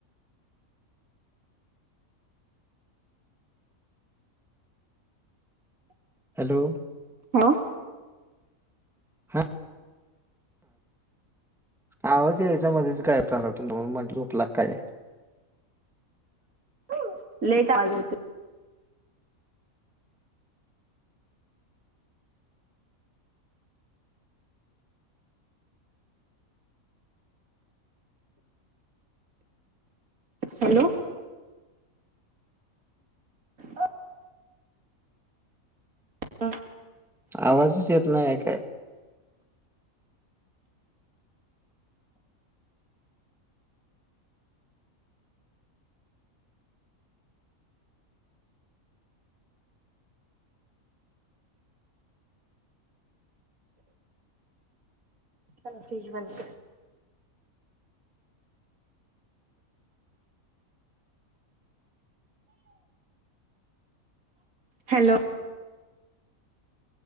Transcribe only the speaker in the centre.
हॅलो.
हा आवाज यायचा मध्येच गायब झाला. म्हणून म्हटलं झोपला काय.
आवाजच येत नाहीय काय.